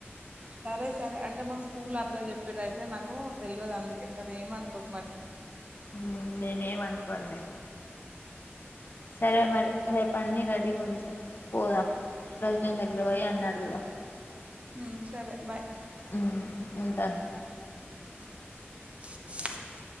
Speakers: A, on the right (about 30°); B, on the left (about 45°).
A: సరే సరే అంటే మాకు స్కూల్లో అట్లా చెప్పిరు అయితే నాకు తెలువదు అందుకే సరే ఏమనుకోకు మరి
B: ఉమ్మ్ నేనేమి అనుకోనులే సరే మరి రేపు అన్నీ రెడీగా ఉంచు పోదాం ప్రెసిడెంట్ దగ్గర పోయి అని అడుగుదాం
A: ఉమ్మ్ సరే బాయ్
B: ఉమ్మ్ ఉంటాను
A: <inaudible>